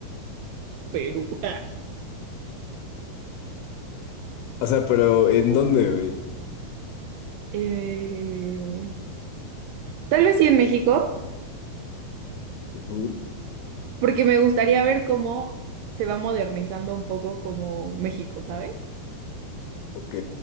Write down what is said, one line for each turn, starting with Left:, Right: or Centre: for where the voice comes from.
Right: Perú.
Left: O sea, pero ¿en dónde, güey?
Right: Eh, tal vez sí en México,
Left: Ujú.
Right: porque me gustaría ver cómo se va modernizando un poco como México, ¿sabes?
Left: Ok.